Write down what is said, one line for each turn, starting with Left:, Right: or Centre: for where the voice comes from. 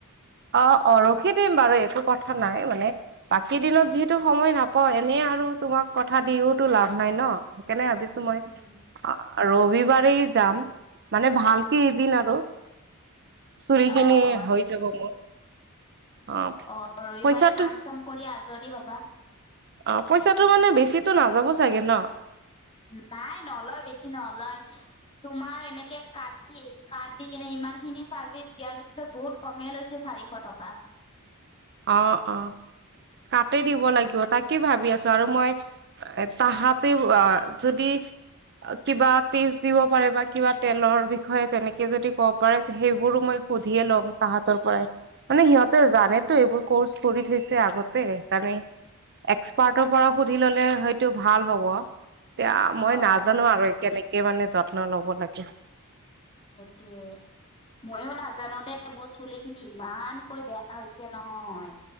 Right: অঁ অ ৰখি দিম বাৰু একো কথা নাই মানে বাকী দিনত যিহেতু সময় নাপাওঁ এনেই। আৰু তোমাক কথা দিওতো লাভ নাই ন'। সেইকাৰণে ভাবিছো
Left: উম
Right: মই- ৰবিবাৰেই যাম মানে ভালকে এদিন আৰু। চুলি
Left: অ
Right: খিনি
Left: অ
Right: হৈ যাব মোৰ। অ
Left: অঁ ৰবিবাৰে
Right: পইচাটো
Left: কাম-চাম কৰি আজৰি হবা।
Right: ট পইচাটো মানে বেছি নাযাব চাগে ন'?
Left: নাই নলয় বেছি নলয়। তোমাৰ এনেকে কি কাট দি সেইটো কাট কিনি ইমান খিনি চাৰ্ভিচ দিয়াৰ পিছত বহুত কমে লৈছে। চাৰিশ টকা।
Right: অঁ অঁ কাটি দিব লাগিব তাকে ভাবি আছো। আৰু মই তাহাতে যদি- কিবা টিপছ দিব পাৰে বা কিবা তেলৰ - বিষয়ে তেনেকে যদি ক'ব পাৰে সেইবোৰো মই কৰিম। সুধিয়ে ল'ম তাহাঁতৰ পৰাই, মানে সিহঁতে জানে টো এইবোৰ ক'ৰ্চ কৰি থৈছে আগতে সেইকাৰণে এক্সপাৰ্টৰ পৰা সুধি ল'লে হয় টো ভাল হ'ব, এয়া মই
Left: অ
Right: নাজানো
Left: অ
Right: আৰু কেনেকে কে মানে যত্ন লব লাগে।
Left: সেইটোৱে। মইয়ো নাজানো দেই মোৰ চুলি খিনি ইমানকৈ বেয়া হৈছে নহয়।